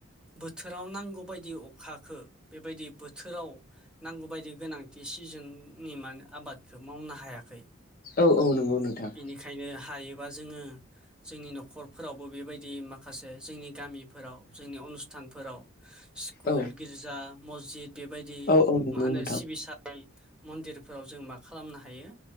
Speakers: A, in the centre; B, on the left.
A: बोथोराव नांगौ बायदि अखाखो बेबायदि बोथोराव नांगौ बायदि गोनांथि सिजोननि मान आबादखौ मावनो हायाखै।
B: औ औ नंगौ नोंथां।
A: बिनिखायनो हायोबा जोङो जोंनि न'खरफोरावबो बेबायदि माखासे जोंनि गामिफोराव जोंनि अनुस्थानफोराव स्कुल
B: औ
A: गिर्जा मसजिद बेबायदि
B: औ औ नंगौ
A: मा होनो?
B: नोंथां
A: सिबिसा <unintelligible> मन्दिरफोराव जों मा खालामनो हायो